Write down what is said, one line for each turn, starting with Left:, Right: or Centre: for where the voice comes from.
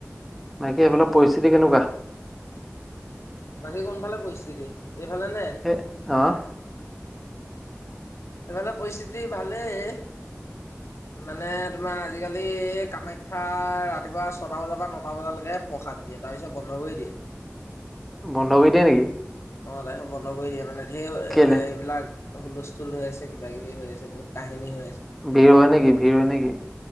Centre: বাকী এইফালৰ পৰিস্থিতি কেনেকোৱা
Left: বাকী কোনফালে পৰিস্থিতি এইফালে নে?
Centre: হেই অহ
Left: এইফালে পৰিস্থিতি ভালেই। মানে তোমাৰ আজিকালি কামাখ্যা ৰাতিপুৱা ছটা বজাৰ পৰা নটা বজালৈকে প্ৰসাদ দিয়ে তাৰপিছত বন্ধ কৰি দিয়ে।
Centre: বন্ধ কৰি দিয়ে নেকি।
Left: অ তাৰপিছত বন্ধ কৰি দিয়ে মানে ধেৰ
Centre: কেলে?
Left: এইবিলাক হুলস্থুল হৈ আছে কিবা কিবি হৈ আছে বহুত কাহিনী হৈ আছে
Centre: ভিৰ হয় নেকি ভিৰ হয় নেকি